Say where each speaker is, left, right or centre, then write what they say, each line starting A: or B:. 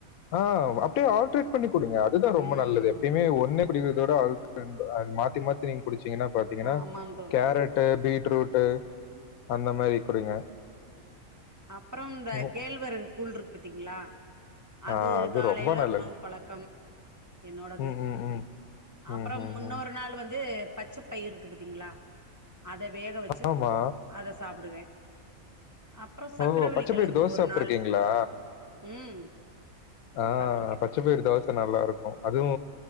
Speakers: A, on the left; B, on the right.
A: ஆ அப்டியே ஆல்ட்ரேட் பண்ணி குடிங்க அதுதா ரொம்ப
B: ம்
A: நல்லது எப்பயுமே ஒண்ணே குடிக்கறதோட ஆல்ட்ரன் அது மாத்தி மாத்தி நீங்க குடிச்சீங்கன்னா பாத்தீங்கன்னா
B: ஆமாந் தோழரே
A: கேரட்டு பீட்ரூட்டு அந்த மாரி குடிங்க
B: அப்பறம் இந்த
A: ம்.
B: கேழ்வரகு கூழ் இருக்கு பாத்தீங்களா அது
A: ஆ
B: காலேல
A: ரொம்ப நல்லது.
B: உணவு பழக்கம் என்னோடது
A: ம், ம், ம்.
B: அப்பறம்
A: ம், ம்,
B: முன்னோரு
A: ம்.
B: நாள் வந்து பச்சப் பயிறு இருக்கு பாத்தீங்களா அத வேக வச்சு
A: ஆமா.
B: அத சாப்டுவே அப்பறோ சக்கரவள்ளி
A: ஓ! பச்ச
B: கெழங்கு
A: பயிறு தோசை
B: ஒரு
A: சாப்ட்டுருக்கீங்களா?
B: நாள் ம்
A: ஆ அ
B: சாப்ட்ருக்கேன்
A: பச் பச்சப் பயறு தோச நல்லாருக்கு அதுவு